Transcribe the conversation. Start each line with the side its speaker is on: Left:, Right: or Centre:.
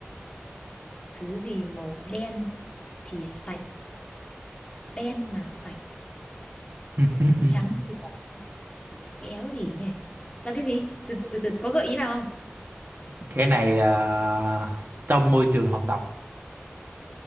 Left: thứ gì màu đen thì sạch đen mà sạch
Right: <laughs>
Left: trắng thì bẩn kéo gì nhỉ là cái gì từ từ từ, từ. có gợi ý nào không
Right: cái này à, trong môi trường học tập